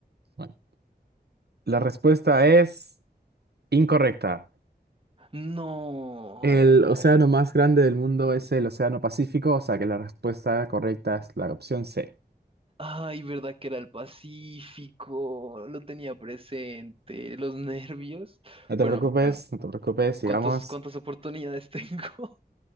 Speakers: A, on the right; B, on the right.
A: Bueno. La respuesta es incorrecta.
B: No.
A: El océano más grande del mundo es el Océano Pacífico, o sea que la respuesta correcta es la opción C.
B: Ay, verdad que era el Pacífico. Lo tenía presente. Los nervios.
A: No
B: Bueno,
A: te preocupes,
B: bueno.
A: no te preocupes, sigamos.
B: ¿Cuántos, cuántas oportunidades tengo? <laughs>